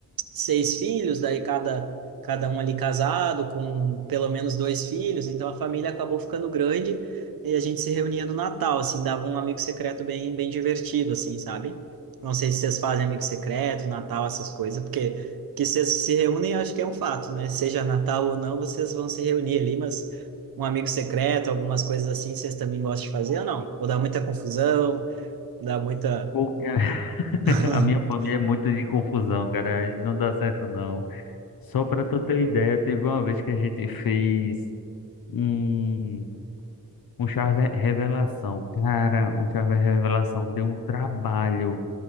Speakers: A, on the right; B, on the left.
A: seis filhos, daí cada, cada um ali casado, com pelo menos dois filhos, então a família acabou ficando grande e a gente se reunia no Natal, assim, dava um amigo secreto bem, bem divertido, assim, sabe? Não sei se vocês fazem amigo secreto, Natal, essas coisas, porque que vocês se reúnem, acho que é um fato, né? Seja Natal ou não, vocês vão se reunir ali, mas um amigo secreto, algumas coisas assim, vocês também gostam de fazer ou não? Ou dá muita confusão, dá muita.
B: Pô, cara, <laughs>
A: <laughs>
B: a minha família é muito de confusão, cara. Não dá certo não. Só pra tu ter ideia, teve uma vez que a gente fez um. Um Charver Revelação. Cara, um Charver Revelação deu um trabalho.